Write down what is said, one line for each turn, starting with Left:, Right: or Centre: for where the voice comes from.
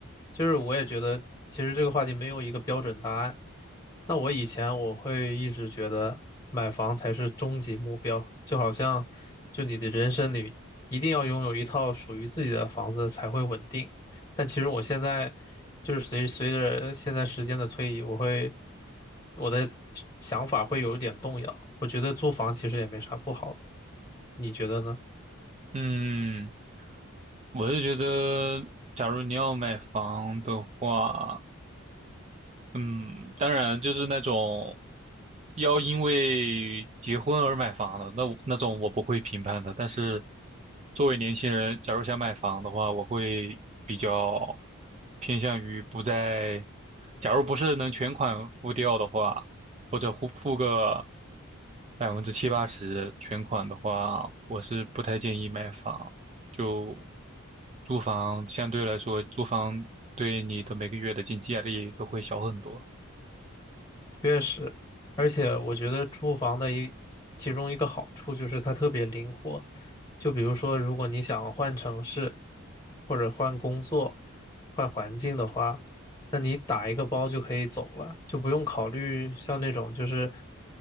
Left: 就是我也觉得，其实这个话题没有一个标准答案。那我以前我会一直觉得买房才是终极目标，就好像就你的人生里一定要拥有一套属于自己的房子才会稳定。但其实我现在就是随随着现在时间的推移，我会我的想法会有一点动摇。我觉得租房其实也没啥不好的，你觉得呢？
Right: 嗯，我是觉得，假如你要买房的话，嗯，当然就是那种要因为结婚而买房的，那我那种我不会评判的。但是作为年轻人，假如想买房的话，我会比较偏向于不在，假如不是能全款付掉的话，或者付付个百分之七八十全款的话，我是不太建议买房。就租房相对来说，租房对你的每个月的经济压力都会小很多。
Left: 确实，而且我觉得住房的一其中一个好处就是它特别灵活。就比如说，如果你想换城市，或者换工作、换环境的话，那你打一个包就可以走了，就不用考虑像那种就是